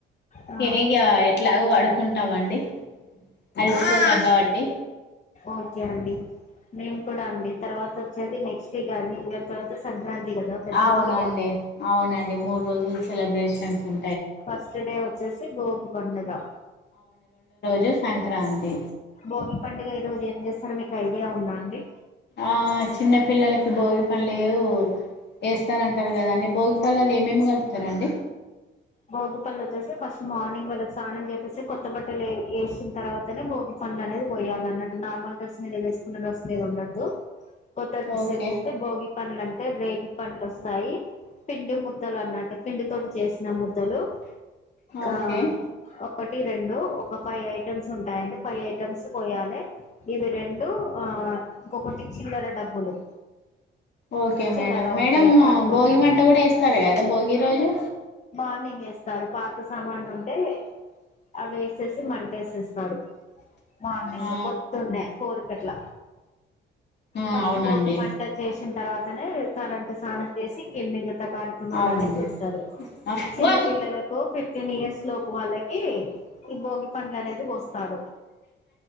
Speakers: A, on the left; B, on the left.
A: ఆ
B: తినిగా అగో పడుకుంటామండి అలిసిపోతాం
A: ఓకే అండి
B: కాబట్టి
A: ఓకే అండి మేము కూడా అండి తర్వాత వచ్చేది నెక్స్ట్ ఇగా న్యూ ఇయర్ తర్వాత సంక్రాంతి కదా ఫెస్టివల్
B: అవునండి
A: గా
B: అవునండి మూడు రోజులు సెలబ్రేషన్స్ ఉం
A: ఫస్ట్ డే వచ్చేసి బోగి పండగా
B: జు సంక్రాంతి
A: బోగి పండుగ ఈ రోజు ఏం చేస్తారు మీ ఐడియా ఉందా అండి
B: ఆ చిన్న పిల్లలకి భోగిపన్లేవో ఏస్తారంటర్ కదండి భోగి లల్ల ఏమేం కల్పుతరండి.
A: బోగిపళ్లు వచ్చేసి ఫస్ట్ మార్నింగ్ వాళ్ళక్ స్నానం జేపీసి కొత్త బట్టలు ఏ ఏస్ తర్వాతనే బోగి పండనేది పోయాలిన్నట్టు నార్మల్ డ్రెస్ మీరు వేస్కున్న డ్రెస్ మీద ఉండ దు కొత్త డ్రెస్
B: ఓకే
A: ఏసేసి బోగి పన్లంటే రేగి పండ్లు వస్తాయి పిండి ముద్దలు అన్నట్ పిండి తోటి చేసిన ము ద్దలు ఆ
B: ఓకే
A: ఒకటి రెండు ఒక ఫైవ్ ఐటెమ్స్ ఉంటాయండి ఫైవ్ ఐటమ్స్ పోయాలె ఇవి రెండు ఆ ఇంకొకటి చిల్లర డబ్బులు
B: ఓకే
A: చిల్లర
B: మేడం మేడమ్
A: ఉంటాయి వడ్లు
B: భోగి మంట గుడా ఏస్తారు కదా భోగి రోజు
A: మార్నింగ్ ఏస్తారు. పాత సామాన్లుంటే అవి ఏసేసి మంటేసేస్స్తారు. మార్నింగ్
B: ఆ
A: పొద్దున్నే ఫోర్కట్ల
B: ఆ
A: ఫస్ట్
B: అవునండి
A: భోగి మంట చేస్ తర్వాతనే తలంటు స్నానం చేసి <unintelligible> త కార్యక్రమాల్
B: అవును
A: అనేవి చేస్తారు.
B: ఆ
A: చిన్న
B: వన్
A: పిల్లలకు ఫిఫ్టీన్ ఇయర్స్ లోపు వాళ్ళకి ఈ భోగి పండ్లనేది పోస్ తారు.